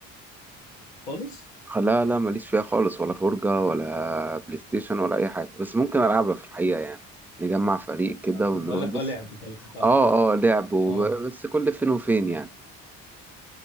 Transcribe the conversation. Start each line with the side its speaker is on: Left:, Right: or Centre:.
Left: خالص
Centre: لا لا ماليش فيها خالص ولا فرجة ولا بلاي ستيشن ولا اي حاجة بس ممكن العبها في الحقيقة يعني نجمع فريق كده
Left: اه
Centre: ونروح
Left: كنت اقول لك
Centre: بس
Left: اه لعب طيب، طيب،
Centre: اه
Left: طيب.
Centre: اه لعب وب-
Left: اه
Centre: بس كل فين وفين يعني